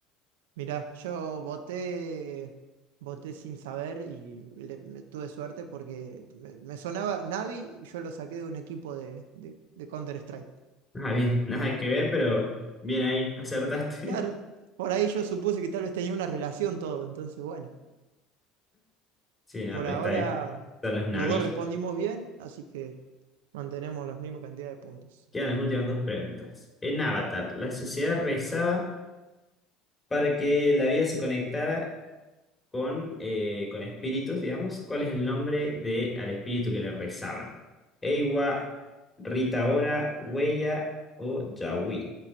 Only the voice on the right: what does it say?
Mirá, yo voté, voté sin saber y le- me tuve suerte porque me, me sonaba Navi, yo lo saqué de un equipo de, de, de Counter-Strike.
Claro,
por ahí yo supuse que tal vez tenía una relación todo, entonces bueno,
por
ahora
los dos respondimos bien, así que mantenemos la misma cantidad de puntos.